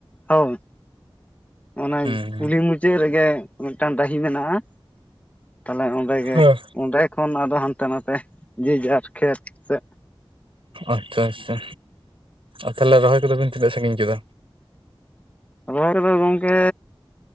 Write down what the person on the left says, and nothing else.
ᱦᱳᱭ ᱚᱱᱮ
ᱠᱩᱞᱦᱤ ᱢᱩᱪᱟᱹᱜ ᱨᱮᱜᱮ ᱢᱤᱫᱴᱟᱝ ᱰᱟᱹᱦᱤ ᱢᱮᱱᱟᱜᱼᱟ, ᱛᱟᱦᱞᱮ ᱚᱸᱰᱮ ᱜᱮ
ᱚᱸᱰᱮ ᱠᱷᱚᱱ ᱟᱫᱚ ᱦᱟᱱᱛᱮ ᱱᱟᱛᱮ ᱡᱮ ᱡᱟᱨ ᱠᱷᱮᱛ ᱥᱮᱜ
ᱨᱚᱦᱚᱭ ᱠᱚᱫᱚ ᱜᱚᱝᱠᱮ